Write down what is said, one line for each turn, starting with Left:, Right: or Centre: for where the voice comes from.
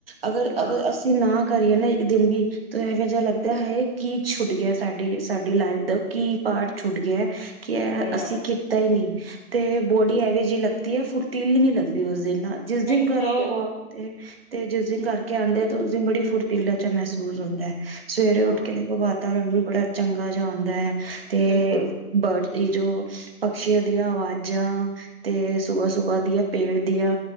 Right: ਅਗਰ
Left: ਹਾਂ
Right: ਅਗਰ ਅਸੀਂ ਨਾ ਕਰੀਏ ਨਾ ਇੱਕ ਦਿਨ ਵੀ ਤੇ ਇਹੋ ਜਿਹਾ ਲੱਗਦਾ ਹੈ ਕੀ ਛੁੱਟ ਗਿਆ ਸਾਡੀ ਸਾਡੀ ਲਾਈਫ ਦਾ ਕੀ ਪਾਰਟ ਛੁੱਟ ਗਿਆ ਕਿ ਹੈ
Left: ਸਹੀ
Right: ਅਸੀਂ
Left: ਗੱਲ
Right: ਕੀਤਾ ਹੀ ਨਹੀਂ ਤੇ ਬੋਡੀ ਇਹਵੇ ਜਿਹੀ ਲੱਗਦੀ ਹੈ ਫੁਰਤੀਲੀ ਨੀ ਲੱਗਦੀ ਉਸ ਦਿਨ ਨਾਲ ਜਿਸ ਦਿਨ
Left: ਨਹੀਂ
Right: ਕਰੋ
Left: ਨਹੀਂ ਲੱਗਦੀ
Right: ਵੋਕ ਤੇ ਤੇ ਜਿਸ ਦਿਨ ਕਰਕੇ ਆਉਂਦੇ ਹੈ ਤੇ ਉਸਂ ਬੜੀ ਫੁਰਤੀਲਾ ਜੇਹਾ ਮਹਿਸੂਸ ਹੁੰਦਾ ਹੈ ਸਵੇਰੇ
Left: ਹਾਂ
Right: ਉੱਠ ਕੇ ਦੇਖੋ ਬਾਅ ਵਾਤਾਵਰਨ ਵੀ ਬੜਾ ਚੰਗਾ ਜਿਹਾ ਹੁੰਦਾ ਹੈ ਤੇ
Left: ਬਿਲਕੁਲ
Right: ਬਟ ਇਹ ਜੋ ਪਕਸ਼ੀਆਂ ਦੀਆਂ ਅਵਾਜਾਂ ਤੇ ਸੁਬਾਹ ਸੁਬਾਹ ਦੀਆਂ ਪੇੜ ਦੀਆ